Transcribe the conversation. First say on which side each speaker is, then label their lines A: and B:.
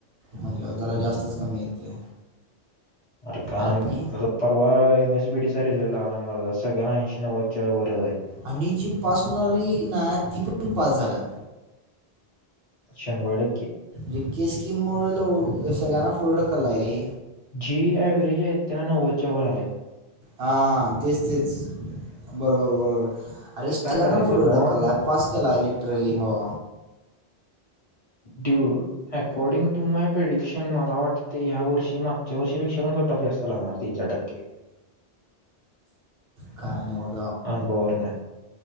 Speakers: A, on the right; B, on the left.
A: म्ह जरा जास्तच कमी येते
B: अरे का
A: आणि
B: परर्वा मेसपीटच र जेलाला म जसं ना ऐंशी वच्या बरं जाई
A: आणि जी पास होणारी नाही ती पण पास झाल्या
B: शंभर टके
A: रिक्की स्कीम मुळे सगळ्यांना... पुढं ढकललाय रे
B: जी अव्हरेज आहेत त्यांना नव्वदच्या वर आल्यात..
A: हा तेच तेच बरोबर बरोबर.. अरे
B: तर
A: सगळ्यांना
B: काय करायचं
A: पुढे
B: भावा
A: ढकलला पास केला लिटरली म..
B: due according to my prediction मला वाटते या वर्षी मागच्या वर्षीपेक्षा पण... कटऑफ जास्त लागणार तीन चार टक्के..
A: का वा..
B: अन बर ना